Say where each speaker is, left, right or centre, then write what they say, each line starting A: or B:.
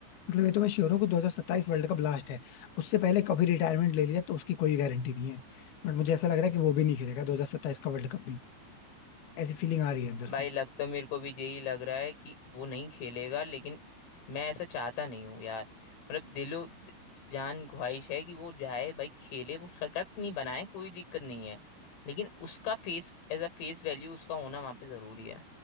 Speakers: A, on the left (about 60°); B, on the left (about 80°).
A: मतलब ये तो मैं श्योर हूँ कि 2027 वर्ल्ड कप लास्ट है उससे पहले कभी रिटायरमेंट ले लिया तो उसकी कोई गारंटी नहीं है बट मुझे ऐसा लग रहा है कि वो भी नहीं खेलेगा 2027 का वर्ल्ड कप भी ऐसी फीलिंग आ रही है अंदर
B: भाई
A: से
B: लग तो मेरे को भी यही लग रहा है कि वो नहीं खेलेगा लेकिन मैं ऐसा चाहता नहीं हूँ यार मतलब दिलो द- जान ख्वाहिश है कि वो जाए भाई खेले वो शतक नहीं बनाए कोई दिक्कत नहीं है लेकिन उसका face as a face value उसका होना वहां पे जरूरी है